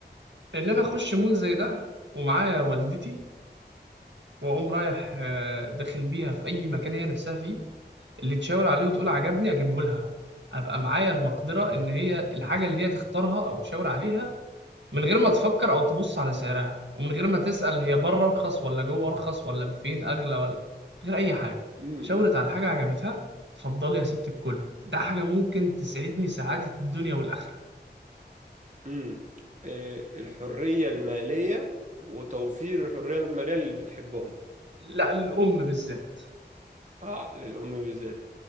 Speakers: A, on the right; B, on the right.
A: إن أنا أخش مول زي ده ومعايا والدتي واقوم رايح آه، داخل بيها في اي مكان هي نفسها فيه اللي تشاور عليه وتقول عجبني اجيبه لها ابقى معايا المقدره ان هي الحاجه اللي هي تختارها او تشاور عليها من غير ما تفكر او تبص على سعرها ومن غير ما تسال هي بره ارخص ولا جوه ارخص ولا فين اغلى ولا من غير اي حاجه
B: امم
A: شاورت على حاجه عجبتها اتفضلي يا ست الكل ده حاجه ممكن تسعدني سعاده الدنيا والاخره
B: امم إيه الحرية المالية وتوفير الحرية المالية اللي بتحبهم
A: لا الام بالذات
B: اه للأم بالذات